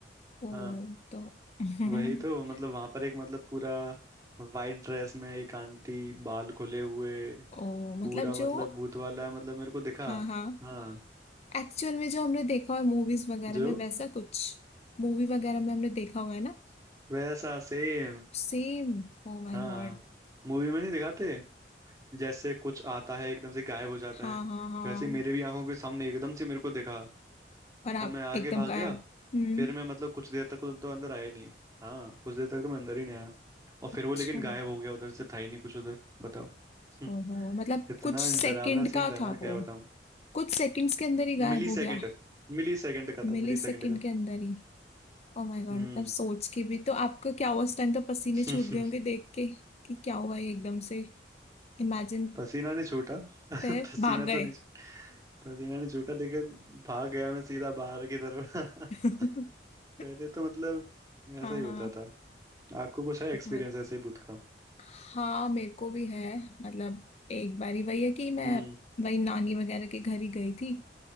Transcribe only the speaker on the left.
ओ
तो <laughs>
ओ
मतलब जो
हाँ हाँ
एक्चुअल में जो हमने देखा है मूवीज वगैरह
में वैसा कुछ मूवी वगैरह में हमने देखा हुआ है ना
सेम Oh my
god
हाँ
हाँ हाँ
और आप
एकदम
गायब
हम्म
अच्छा
ओहो मतलब
कुछ सेकंड
का
था
वो
कुछ सेकंड्स के अंदर ही गायब
हो गया
मिली
सेकंड
के अंदर ही ओ माय गॉड
मतलब सोच के भी तो आपका क्या हुआ उस टाइम तो पसीने
छूट गए होंगे देख के कि क्या हुआ ये एकदम से इमेजिन
फिर भाग गए
<laughs>
हाँ
हाँ
बट-
हाँ मेरे को भी है मतलब एक बारी वही है कि मैं
वही नानी वगैरह के घर ही गई थी